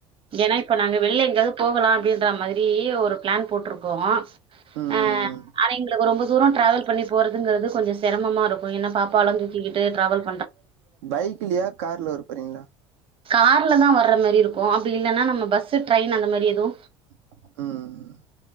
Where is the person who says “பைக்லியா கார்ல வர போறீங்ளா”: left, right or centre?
Right